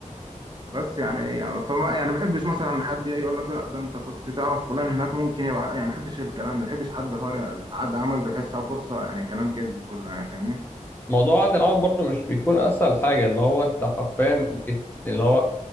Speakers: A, on the right; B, on the left.
A: بس يعني يعني فما يعني ما بحبش مثلا حد يجي يقول لك لا ده انت كنت تعرف فلان هناك ممكن يبقى يعني ما بحبش الكلام ده ما بحبش حد حوار عد عمل ده بحسها فرصه يعني كلام كذب كله يعني فاهمني
B: موضوع عقد العمل برضو مش بيكون اسهل حاجة اللي هو انت حرفيا بت... اللي هو